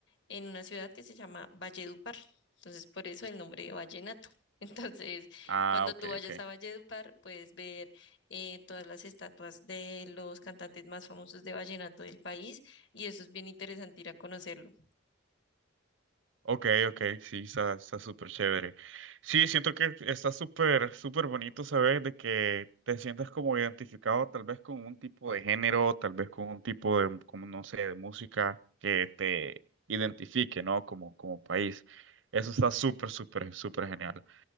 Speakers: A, on the left (about 65°); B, on the right (about 75°).
A: en una ciudad que se llama Valledupar. Entonces, por eso el nombre de vallenato. <laughs> Entonces,
B: ah,
A: cuando
B: ok,
A: tú vayas
B: ok.
A: a Valledupar, puedes ver eh, todas las estatuas de los cantantes más famosos de vallenato del país y eso es bien interesante ir a conocerlo.
B: Ok, ok, sí, está, está súper chévere. Sí, siento que está súper, súper bonito saber de que te sientas como identificado tal vez con un tipo de género, tal vez con un tipo de, como no sé, de música que te identifique, ¿no? Como, como país. Eso está súper, súper, súper genial.